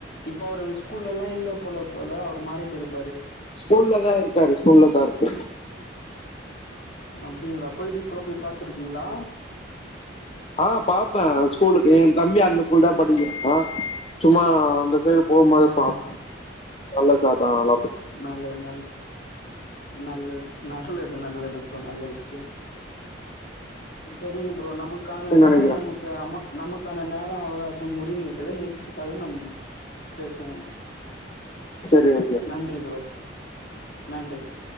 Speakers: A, on the left; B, on the left.
A: இப்ப அவரு அந்த ஸ்கூல்லலா இல்ல போல போல அவரு மாறிட்டாரு
B: ஸ்கூல்ல தா இருக்காரு ஸ்கூல்லதா இருக்காரு
A: அப்டிங்ளா போயிட்டு இப்பலா போய் பாத்திருக்கீங்ளா
B: ஆ பாப்பே ஸ்கூலுக்கு எ தம்பி அந்த ஸ்கூல்தா படிக்கிறா சும்மா அந்த சைடு போகும்போது
A: ஆ ஆ,
B: பாப்பே
A: ஆ.
B: நல்ல சார் தா ஆனா
A: நல்லது நல்ல நல்லது நல்லது நல்லது ப்ரோ நல்ல விஷ்யோ செரிங்க ப்ரோ நமக்கான நேர
B: நினைக்கிறேன்
A: நமக்கு அம நமக்கான நேர அவகாசம் முடிந்து விட்டது நெக்ஸ்ட்டு கால்ல நம் பேசுவோம்
B: சரி ஓகே
A: நன்றி ப்ரோ நன்றி ப்ரோ